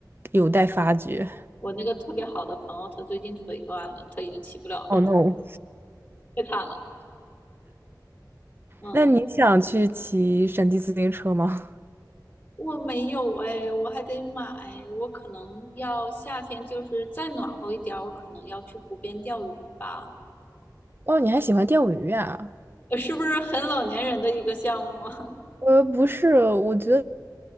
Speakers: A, on the right; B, on the left.
A: 有待发掘。
B: 我那个特别好的朋友，他最近腿断了，他已经骑不了了，
A: Oh no！
B: <laughs> 太惨了。嗯，
A: 那你想去骑山地自行车吗？
B: 我没有哎，我还得买，我可能要夏天就是再暖和一点儿，我可能要去湖边钓鱼吧。
A: 哦，你还喜欢钓鱼啊？
B: <laughs> 呃是不是很老年人的一个项目啊？
A: 呃，不是，我觉得